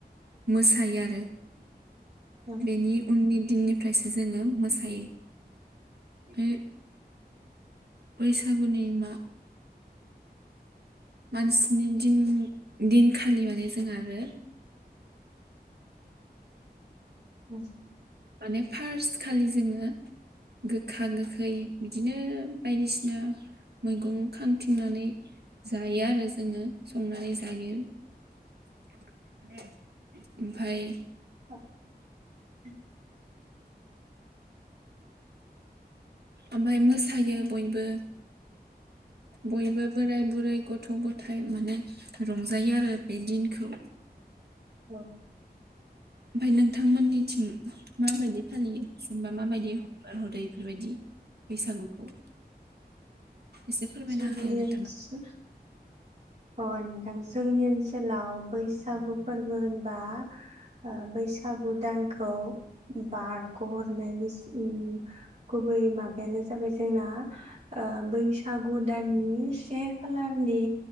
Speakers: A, on the right (about 70°); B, on the right (about 40°).
A: मोसायो आरो।
B: नोंथां
A: बेनि उननि दिननि। ओमफ्रायसो जोङो मोसायो। बे। बैसागुनि मा। मानसिनि दिन दिनखालि माने जोंहा आरो।
B: <unintelligible>
A: माने फार्स्ट खालि जोङो गोखा गोखै बिदिनो बायदिसिना मैगं। खांथिंनानै जायो आरो। जोङो संनानै जायो <inaudible> ओमफाय।
B: <unintelligible> <inaudible>
A: ओमफ्राय मोसायो बयबो। बयबो बोराय बुरै गथ' गथ' गथाइ माने रंजायो आरो बे दिनखौ।
B: औ
A: ओमफ्राय नोंथांमोनिथिं माबायदि फालियो जिनबा माबायदि हगार हरो फोरबायदि बैसागुखौ एसे फोरमायना
B: जोंनिथिं
A: हो नोंथाङा
B: अ नोंथां जोंनि ओनसोलाव बैसागु फोरबो होनबा ओ बैसागु दानखौ बारग'हरनायनि ओम गुबै माबायानो जाबाय जोंना ओ बैसागु दाननि से खालारनि